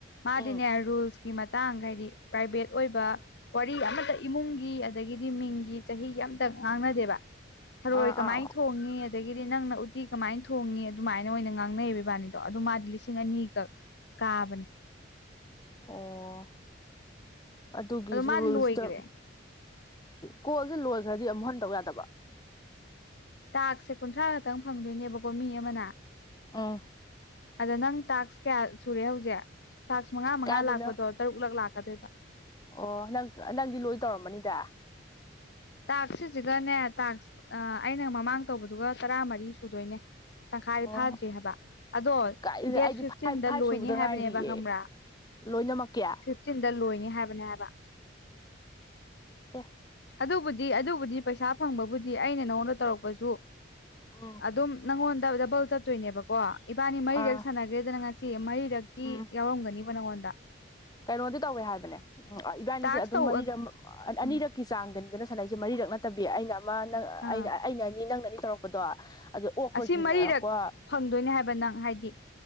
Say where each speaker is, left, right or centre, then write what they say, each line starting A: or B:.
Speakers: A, on the left; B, on the left.
A: ꯃꯥꯗꯤꯅꯦ
B: ꯎꯝ
A: ꯔꯨꯜꯁꯀꯤ ꯃꯇꯥꯡ ꯍꯥꯏꯗꯤ ꯄ꯭ꯔꯥꯏꯚꯦꯠ ꯑꯣꯏꯕ ꯋꯥꯔꯤ ꯑꯃꯇ ꯏꯃꯨꯡꯒꯤ ꯑꯗꯒꯤꯗꯤ ꯃꯤꯡꯒꯤ ꯆꯍꯤ ꯑꯃꯇ ꯉꯥꯡꯅꯗꯦꯕ ꯊꯔꯣꯏ
B: ꯑꯥ
A: ꯀꯃꯥꯏꯟ
B: ꯑꯥ
A: ꯊꯣꯡꯉꯤ ꯑꯗꯒꯤꯗꯤ ꯅꯪꯅ ꯎꯇꯤ ꯀꯃꯥꯏꯟ ꯊꯣꯡꯉꯤ ꯑꯗꯨꯃꯥꯏꯅ ꯑꯣꯏꯅ ꯉꯥꯡꯅꯩꯕ ꯏꯕꯥꯅꯤꯗꯣ ꯑꯗꯨ ꯃꯥꯗꯤ ꯂꯤꯁꯤꯡ ꯑꯅꯤꯒ ꯀꯥꯕꯅꯦ
B: ꯑꯣ ꯑꯗꯨꯒꯤꯖꯨ
A: ꯑꯗꯣ ꯃꯥ
B: ꯔꯨꯜꯁꯇ
A: ꯂꯣꯏꯈ꯭ꯔꯦ
B: ꯀꯣꯜꯖꯦ ꯂꯣꯏꯒ꯭ꯔꯗꯤ ꯑꯃꯨꯛ ꯍꯟ ꯇꯧ ꯌꯥꯗꯕ꯭ꯔꯣ
A: ꯇꯥꯛꯁꯦ ꯀꯨꯟꯊ꯭ꯔꯥ ꯈꯛꯇꯪ ꯐꯪꯗꯨꯏꯅꯦꯕꯀꯣ ꯃꯤ ꯑꯃꯅ
B: ꯎꯝ
A: ꯑꯗ ꯅꯪ ꯇꯥꯛꯁ ꯀꯌꯥ ꯁꯨꯔꯦ ꯍꯧꯖꯤꯛ ꯇꯥꯛꯁ ꯃꯉꯥ ꯃꯉꯥ
B: ꯀꯥꯏꯗꯅꯣ
A: ꯂꯥꯛꯄꯗꯣ ꯇꯔꯨꯛꯂꯛ ꯂꯥꯛꯀꯗꯨꯏꯕ
B: ꯑꯣ ꯅꯪ ꯅꯪꯗꯤ ꯂꯣꯏ ꯇꯧꯔꯝꯃꯅꯤꯗ
A: ꯇꯥꯛ ꯁꯤꯁꯤꯒꯅꯦ ꯇꯥꯛ ꯑꯩꯅ ꯃꯃꯥꯡ ꯇꯧꯕꯗꯨꯒ ꯇꯔꯥꯃꯔꯤ ꯁꯨꯗꯣꯏꯅꯦ ꯇꯪꯈꯥꯏ
B: ꯑꯣ
A: ꯐꯥꯗ꯭ꯔꯤ ꯍꯥꯏꯕ ꯑꯗꯣ
B: ꯀꯥꯏꯗ
A: ꯗꯦꯠ
B: ꯑꯩꯗꯤ
A: ꯐꯤꯐꯇꯤꯟꯗ
B: ꯐꯥꯏꯚ ꯐꯥꯏꯚ
A: ꯂꯣꯏꯅꯤ
B: ꯁꯨꯕꯗ ꯉꯥꯏꯔꯤꯌꯦ
A: ꯍꯥꯏꯕꯅꯦꯕ ꯈꯪꯕ꯭ꯔꯥ
B: ꯂꯣꯏꯅꯃꯛꯀꯤ
A: ꯇꯤꯟꯗ ꯂꯣꯏꯅꯤ ꯍꯥꯏꯕꯅꯦ ꯍꯥꯏꯕ
B: ꯑꯦ
A: ꯑꯗꯨꯕꯨꯗꯤ ꯑꯗꯨꯕꯨꯗꯤ ꯄꯩꯁꯥ ꯐꯪꯕꯕꯨꯗꯤ ꯑꯩꯅ ꯅꯉꯣꯟꯗ ꯇꯧꯔꯛꯄꯁꯨ
B: ꯎꯝ
A: ꯑꯗꯨꯝ ꯅꯪꯉꯣꯟꯗ ꯗꯕꯜ ꯆꯠꯇꯣꯏꯅꯦꯕꯀꯣ ꯏꯕꯥꯅꯤ ꯃꯔꯤꯔꯛ
B: ꯑꯥ
A: ꯁꯥꯟꯅꯒꯦ ꯒ꯭ꯔꯦꯗꯅ ꯉꯁꯤ ꯃꯔꯤꯔꯛꯀꯤ
B: ꯎꯝ
A: ꯌꯥꯎꯔꯝꯒꯅꯤꯕ ꯅꯪꯉꯣꯟꯗ
B: ꯀꯩꯅꯣꯗꯤ ꯇꯧꯋꯦ ꯍꯥꯏꯕꯅꯦ ꯎ ꯏꯕꯥꯅꯤꯁꯦ
A: ꯇꯥꯛꯁ
B: ꯑꯗꯨꯝ
A: ꯇꯧ
B: ꯃꯔꯤꯔꯛ ꯑꯅꯤꯔꯛ
A: ꯎꯝ
B: ꯀꯤ ꯆꯥꯡꯗꯅꯤꯗꯅ ꯁꯥꯟꯅꯩꯖꯦ ꯃꯔꯤꯔꯛ ꯅꯠꯇꯕꯤ ꯑꯩꯅ ꯑꯃ ꯅꯪ ꯑꯩ
A: ꯑꯥ
B: ꯑꯩꯅ ꯑꯅꯤ ꯅꯪꯅ ꯑꯅꯤ ꯇꯧꯔꯛꯄꯗꯣ ꯑꯗꯨ ꯑꯣꯛꯄꯒꯤꯅꯀꯣ
A: ꯑꯁꯤ ꯃꯔꯤꯔꯛ ꯐꯪꯗꯣꯏꯅꯦ ꯍꯥꯏꯕ ꯅꯪ ꯍꯥꯏꯗꯤ